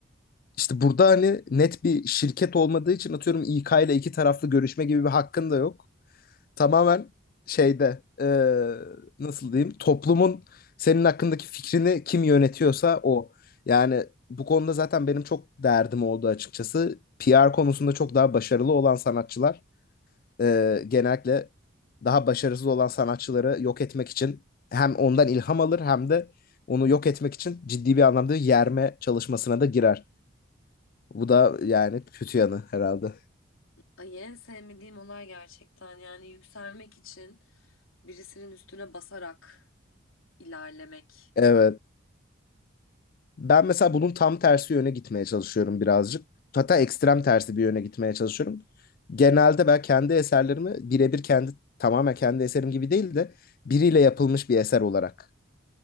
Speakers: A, on the left (about 45°); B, on the left (about 85°).
A: İşte burada hani net bir şirket olmadığı için atıyorum İK ile iki taraflı görüşme gibi bir hakkın da yok. tamamen şeyde eee, nasıl diyeyim toplumun senin hakkındaki fikrini kim yönetiyorsa o. Yani bu konuda zaten benim çok derdim oldu açıkçası. P R konusunda çok daha başarılı olan sanatçılar eee, genellikle daha başarısız olan sanatçıları yok etmek için hem ondan ilham alır hem de onu yok etmek için ciddi bir anlamda yerme çalışmasına da girer. Bu da yani kötü yanı herhalde.
B: Ay en sevmediğim olay gerçekten yani yükselmek için birisinin üstüne basarak ilerlemek.
A: Evet. Ben mesela bunun tam tersi yöne gitmeye çalışıyorum birazcık. Hatta ekstrem tersi bir yöne gitmeye çalışıyorum. Genelde ben kendi eserlerimi birebir kendi tamamen kendi eserim gibi değil de biriyle yapılmış bir eser olarak.